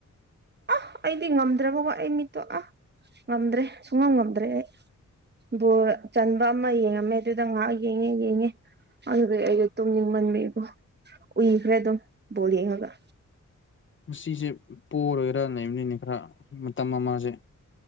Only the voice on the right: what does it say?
ꯑ ꯑꯩꯗꯤ ꯉꯝꯗ꯭ꯔꯕꯀꯣ ꯑꯩ ꯃꯤꯠꯇꯣ ꯑꯥ ꯉꯝꯗ꯭ꯔꯦ ꯁꯨꯡꯉꯝ ꯉꯝꯗ꯭ꯔꯦ ꯑꯩ ꯕꯣꯜ ꯆꯟꯕ ꯑꯃ ꯌꯦꯡꯉꯝꯃꯦ ꯑꯗꯨꯗ ꯉꯥꯏꯍꯥꯛ ꯌꯦꯡꯉꯦ ꯌꯦꯡꯉꯦ ꯑꯗꯨꯗꯩ ꯑꯩꯗꯣ ꯇꯨꯝꯅꯤꯡꯃꯟꯃꯦꯀꯣ ꯎꯏꯈ꯭ꯔꯦ ꯑꯗꯨꯝ ꯕꯣꯜ ꯌꯦꯡꯉꯒ